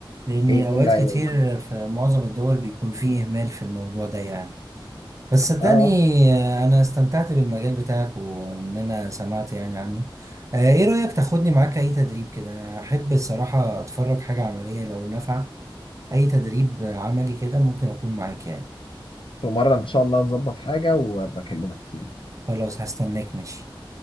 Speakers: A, on the right; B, on the left.
A: لأني
B: هي
A: أوقات
B: اللي
A: كتير في معظم الدول بيكون فيه إهمال في الموضوع ده يعني بس صدقني
B: اه آه.
A: آه، أنا استمتعت بالمجال بتاعك وإن أنا سمعت يعني عنه آه، إيه رأيك تاخدني معاك أي تدريب كده أنا أحب الصراحة أتفرج حاجة عملية لو نافعة أي تدريب عملي كده ممكن أكون معاك يعني
B: في مره ان شاء الله نظبط حاجه وبكلمك تيجي
A: خلاص هستناك ماشي